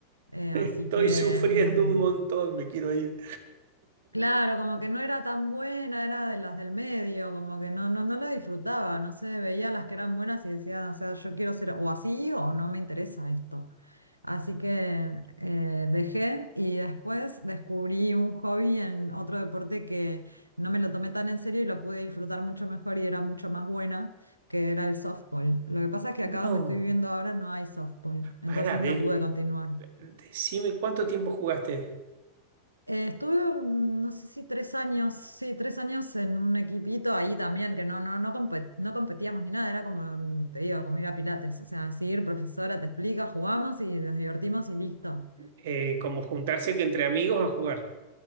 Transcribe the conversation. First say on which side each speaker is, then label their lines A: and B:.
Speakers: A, on the right; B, on the right.
A: <laughs>
B: Eh, así
A: estoy
B: que...
A: sufriendo
B: mm,
A: un montón, me quiero ir.
B: Claro, como que no era tan buena, era de las del medio, como que no, no, no la disfrutaba, no sé, veía las que eran buenas y decía, o sea, yo quiero ser o así o no me interesa esto. Así que eh, dejé y después descubrí un hobby en otro deporte que no me lo tomé tan en serio y lo pude disfrutar mucho mejor y era mucho más buena, que era el softball. Lo que pasa es que acá
A: No,
B: donde estoy viviendo ahora no hay softball, entonces
A: para, de,
B: no pude continuar.
A: decime cuánto tiempo jugaste.
B: Eh, estuve, mm, no sé si tres años, sí, tres años en un equipito ahí también, que no, no, no, compe- no competíamos ni nada, era como, mm, te digo, como ir a Pilates, o sea, sí, ir, profesora te explica, jugamos y nos divertimos y listo.
A: Eh, como juntarse que entre amigos a jugar.